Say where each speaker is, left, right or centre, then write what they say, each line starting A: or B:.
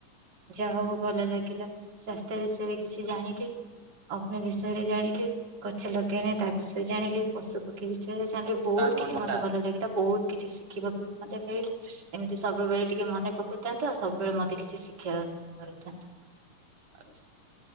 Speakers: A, on the right; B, on the right.
A: ଯାହା ହଉ ଭଲ ଲାଗିଲା ସ୍ୱାସ୍ଥ୍ୟ ବିଷୟରେ କିଛି ଜାଣିଲି। ଅଗ୍ନି ବିଷୟରେ ଜାଣିଲି, ଗଛ ଲଗେଇନି ତା ବିଷୟରେ ଜାଣିଲି, ପଶୁ ପକ୍ଷୀ ବିଷୟରେ ଜାଣିଲି। ବହୁତ
B: ତା କଣଟା
A: କିଛି ମତେ ଭଲ ଲାଗିଲା ବହୁତ କିଛି ଶିଖିବାକୁ ବି ମତେ ମିଳିଲା ଏମିତି ସବୁବେଳେ ଟିକେ ମନେ ପକଉ ଥାନ୍ତୁ ଆଉ ସବୁବେଳେ ମୋତେ କିଛି ଶିକ୍ଷା କରିଥାନ୍ତୁ।
B: ଆଚ୍ଛା।